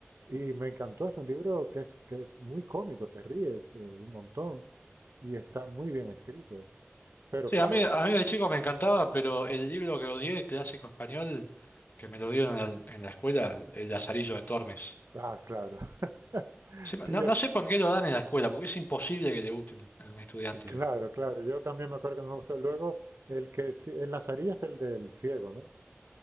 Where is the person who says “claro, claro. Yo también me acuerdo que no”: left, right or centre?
Right